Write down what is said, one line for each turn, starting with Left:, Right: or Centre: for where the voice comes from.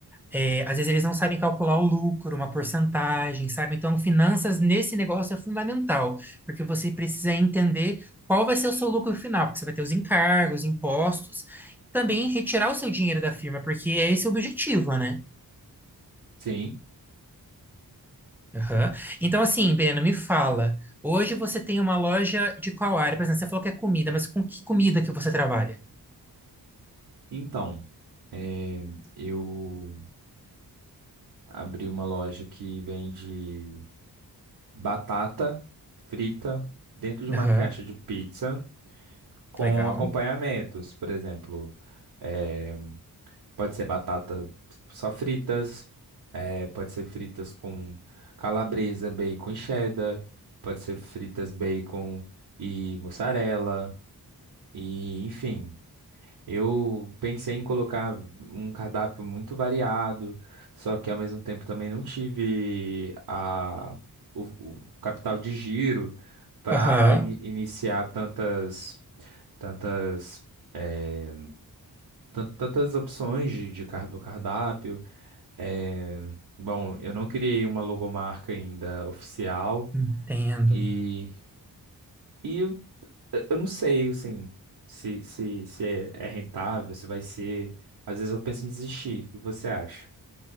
Centre: É, às vezes eles não sabem calcular o lucro, uma porcentagem, sabe? Então, finanças nesse negócio é fundamental, porque você precisa entender qual vai ser o seu lucro final, porque você vai ter os encargos, impostos, também retirar o seu dinheiro da firma, porque é esse o objetivo, né?
Right: Sim.
Centre: Aham. Então, assim, Breno, me fala, hoje você tem uma loja de qual área? Por exemplo, você falou que é comida, mas com que comida que você trabalha?
Right: Então, eh, eu abri uma loja que vende batata frita dentro de uma
Centre: Aham,
Right: caixa de pizza com
Centre: legal.
Right: acompanhamentos, por exemplo. eh, Pode ser batata só fritas, é, pode ser fritas com calabresa, bacon e cheddar, pode ser fritas bacon e mussarela, e enfim. Eu pensei em colocar um cardápio muito variado, só que ao mesmo tempo também não tive a, o, o capital de giro para
Centre: Aham.
Right: iniciar tantas, tantas, é, tan- tantas opções de, de car- do cardápio. É, bom, eu não criei uma logomarca ainda oficial
Centre: Entendo.
Right: e, e eu, eu não sei, assim, se, se, se é é rentável, se vai ser. Às vezes eu penso em desistir. O que você acha?